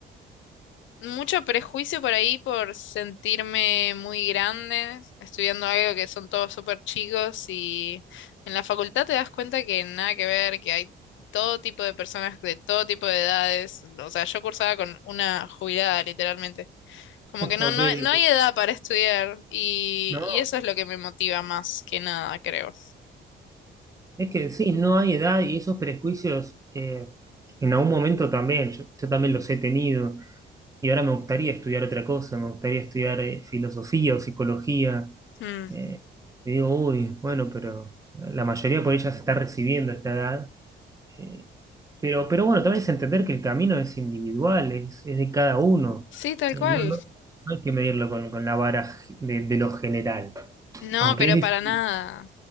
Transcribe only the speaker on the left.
mucho prejuicio por ahí por sentirme muy grande, estudiando algo que son todos súper chicos y en la facultad te das cuenta que nada que ver, que hay todo tipo de personas de todo tipo de edades. O sea, yo cursaba con una jubilada, literalmente. Como que no,
no, hay- no
hay edad para estudiar y,
y eso es lo que me motiva más que nada, creo.
Mm.
Sí, tal
cual.
No,
pero
para
nada.